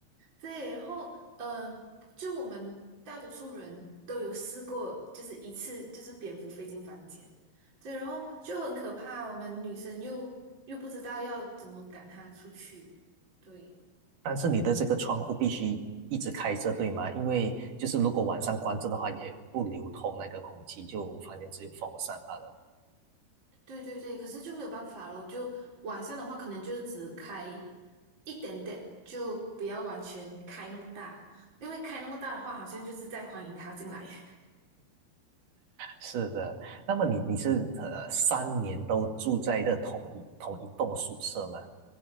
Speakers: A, on the right; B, on the right.
A: 对，然后呃，就我们大多数人都有试过，就是一次就是蝙蝠飞进房间，对，然后就很可怕。我们女生又又不知道要怎么赶它出去，对，
B: 但是你的这个窗户必须一直开着，对吗？因为就是如果晚上关着的话，也不流通那个空气，就房间只有风扇罢了。
A: 对对对，可是就没有办法咯，就晚上的话，可能就是只开一点点，就不要完全开那么大，因为开那么大的话，好像就是在欢迎它进来。<laughs>
B: 是的，那么你你是呃三年都住在这同一同一栋宿舍吗？